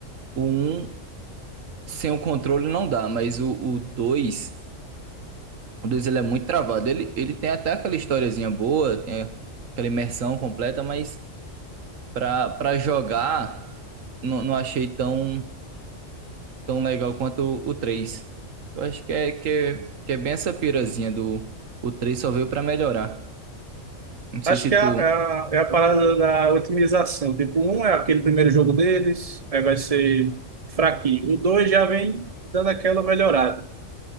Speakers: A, on the right; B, on the right.
A: O um sem o controle não dá, mas o, o 2, o 2 ele é muito travado. Ele, ele tem até aquela historiazinha boa, tem aquela imersão completa, mas pra, pra jogar, não, não achei tão tão legal quanto o, 3. Eu acho que é, que é, que é bem essa pirazinha do. O 3 só veio pra melhorar. Não sei
B: Acho
A: se
B: que
A: tu.
B: é a, é a, é a parada da otimização. Tipo, um é aquele primeiro jogo deles, aí vai ser fraquinho. O dois já vem dando aquela melhorada.